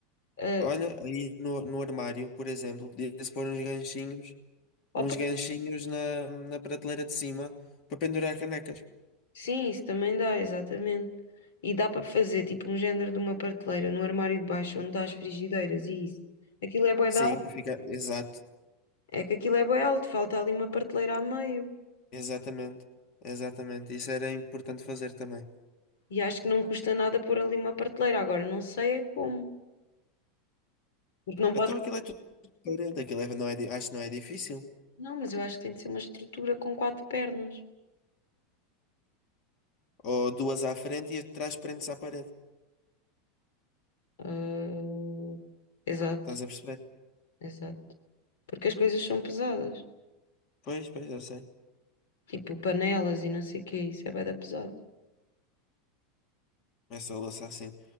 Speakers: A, on the left (about 85°); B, on the left (about 45°).
A: ah,
B: Olha, aí no, no armário, por exemplo, podia-se pôr uns ganchinhos,
A: opa,
B: uns ganchinhos na, na prateleira de cima para pendurar canecas.
A: sim, isso também dá, exatamente. E dá para fazer, tipo, um género de uma prateleira no armário de baixo, onde está as frigideiras e isso. Aquilo é bué
B: Sim,
A: de alto.
B: para ficar. Exato,
A: É que aquilo é bué alto, falta ali uma prateleira a meio.
B: exatamente, exatamente. Isso era importante fazer também.
A: E acho que não custa nada pôr ali uma prateleira. Agora, não sei é como. Porque não pode...
B: Então aquilo é tudo de parede, aquilo é- não é, di- acho que não é difícil.
A: Não, mas eu acho que tem de ser uma estrutura com quatro pernas.
B: Ou duas à frente e atrás prendes à parede.
A: Ah, exato,
B: Estás a perceber?
A: exato. Porque as coisas são pesadas.
B: Pois, pois, eu sei.
A: Tipo panelas e não sei o que, isso é bué da pesado.
B: Essa louça assim.